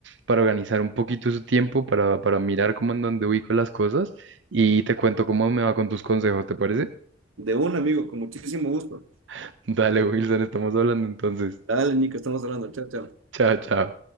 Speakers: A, on the right (about 65°); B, on the right (about 80°).
A: para organizar un poquito su tiempo, para, para mirar cómo en dónde ubico las cosas y te cuento cómo me va con tus consejos, ¿te parece?
B: un amigo, con muchísimo gusto.
A: <laughs> Dale, Wilson, estamos hablando entonces.
B: Dale, Nico, estamos hablando. Chao, chao.
A: Chao, chao.